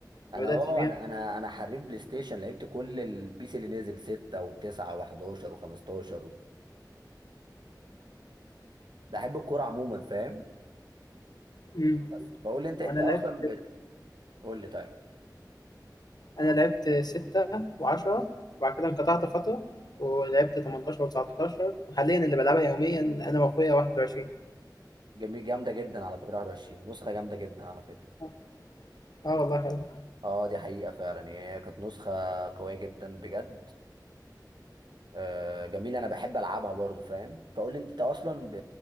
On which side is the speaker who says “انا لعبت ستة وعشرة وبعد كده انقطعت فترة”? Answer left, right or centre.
Left